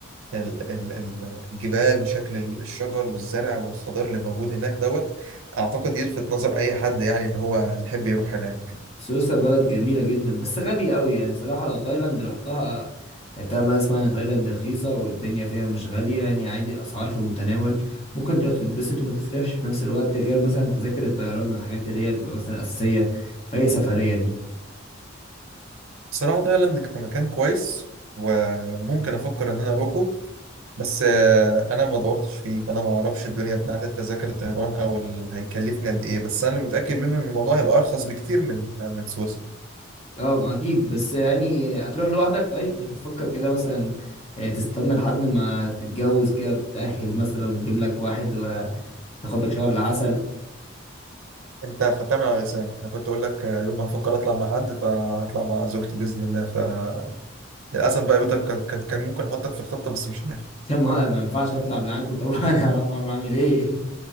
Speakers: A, on the right; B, on the left.
A: ال- ال- ال- الجبال وشكل الشجر والزرع والخضار اللي موجود هناك دوت أعتقد يلفت نظر أي حد يعني إن هو يحب يروح هناك
B: سويسرا بلد جميلة جدا بس غالية قوي يعني صراحة لو تايلاند رحتها يعني طبعا بقى اسمع ان تايلاند رخيصة والدنيا فيها مش غالية يعني عادي الاسعار في المتناول ممكن تروح تتبسط وما تصرفش في نفس الوقت غير مثلا تذاكر الطيران والحاجات اللي هي بتبقى مثلا اساسية في اي سفرية دي
A: صراحة تايلاند كمكان كويس وممكن أفكر إن أنا أروحه بس آه، أنا ما دورتش فيه فأنا ما أعرفش الدنيا بتاعت التذاكر الطيران أو ال- هيكلفني قد إيه بس أنا اللي متأكد منه إن الموضوع هيبقى أرخص بكتير من من سويسرا
B: اه اكيد بس يعني هتروح لوحدك طيب مش بتفكر كده مثلا آه، تستنى لحد ما تتجوز كده وتتأهل مثلا ونجيب لك واحد وتاخدك شهر العسل
A: انت خدتها من على لساني انا كنت اقول لك آه، يوم ما هفكر اطلع مع حد فهطلع مع زوجتي باذن الله فللاسف بقى بيتك كان كان كان ممكن احطك في الخطه بس مش نافع
B: <laughs> ما ما ينفعش اطلع معاكوا طبعا هروح معاكوا اعمل ايه